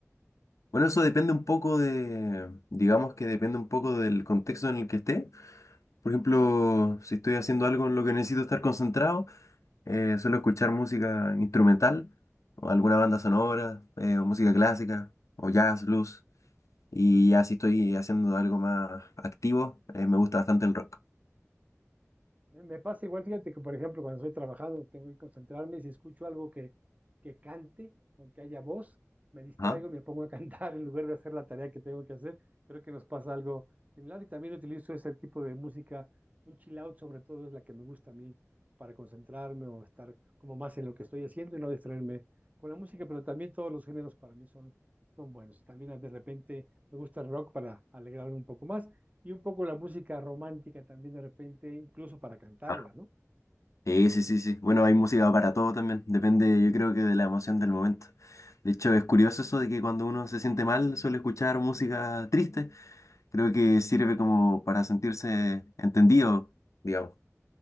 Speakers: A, on the left; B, on the right.
A: Bueno, eso depende un poco de, digamos que depende un poco del contexto en el que esté. Por ejemplo, si estoy haciendo algo en lo que necesito estar concentrado, eh, suelo escuchar música instrumental o alguna banda sonora, eh, o música clásica o jazz, blues. Y ya si estoy haciendo algo más activo, eh, me gusta bastante el rock.
B: Me me pasa igual, fíjate que, por ejemplo, cuando estoy trabajando, tengo que concentrarme, y si escucho algo que, que cante o que haya voz, me distraigo
A: Ajá.
B: y me pongo a cantar <laughs> en lugar de hacer la tarea que tengo que hacer. Creo que nos pasa algo similar y también utilizo ese tipo de música, un chill out sobre todo es la que me gusta a mí para concentrarme o estar como más en lo que estoy haciendo y no distraerme con la música, pero también todos los géneros para mí son, son buenos. También de repente me gusta el rock para alegrarme un poco más. Y un poco la música romántica también de repente, incluso para cantarla,
A: Ah.
B: ¿no?
A: Eh, sí, sí, sí. Bueno, hay música para todo también. Depende, yo creo que de la emoción del momento. De hecho, es curioso eso de que cuando uno se siente mal suele escuchar música triste. Creo que sirve como para sentirse entendido, digamos.